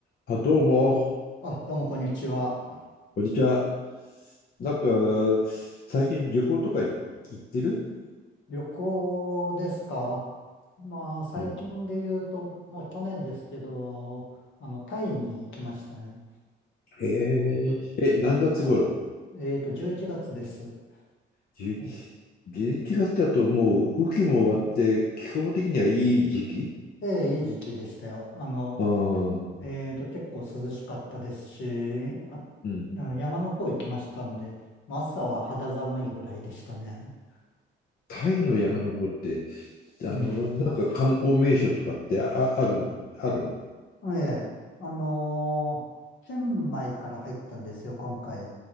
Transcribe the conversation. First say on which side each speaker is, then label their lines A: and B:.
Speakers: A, on the left; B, on the left.
A: あ、どうも、
B: あ、どうもこんにちは。
A: こんにちは。なんか、最近旅行とか行ってる
B: 旅行ですかまあ、最近で言うと、
A: うん。
B: もう去年ですけど、あの、タイに行きましたね。
A: へええ、
B: おう
A: 何月頃
B: あ、えっと、11月です。
A: じゅ
B: え
A: ?11 月だともう雨季も終わって、気候的にはいい時期
B: え、ええいい時期でしたよ。あの、
A: ああ
B: えっと、結構涼しかったですし、あ、あの山の方行きましたんで、
A: うん。
B: まあ朝は肌寒いぐらいでしたね。
A: タイの山登って、あの、
B: うん。
A: なんか観光名所とかってあ、ある、あるの
B: ええ、あのーチェンマイから入ったんですよ、今回。